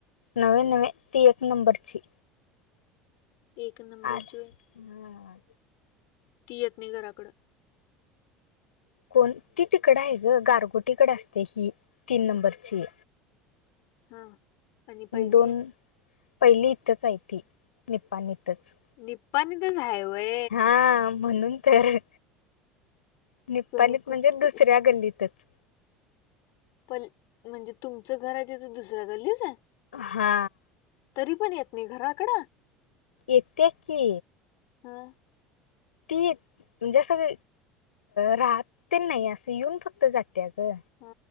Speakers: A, on the left; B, on the left.
A: नवे नवे ती एक नंबरची
B: एक नंबर
A: आल
B: च.
A: हा.
B: ती येत नाही घराकडं.
A: कोण ती तिकड आहे ग गारगोटीकडे असते ही तीन नंबरची
B: हा. आणि पहिली
A: दोन पहिली इथंच आहे ती निपाणी इथंच.
B: निप्पानी तरचय वय
A: हा म्हणून तरर निप्पाणीत
B: कोणी
A: म्हणजे
B: कुठ
A: दुसऱ्या गल्लीतच
B: पण म्हणजे तुमचं घर आहे ते तर दुसऱ्या गल्लीच आहे.
A: हा
B: तरी पण येत नाही घराकड
A: इथ्या की
B: हा
A: ती म्हणजे असं राहत ते नाही असं येऊन फक्त जाते ग.
B: ह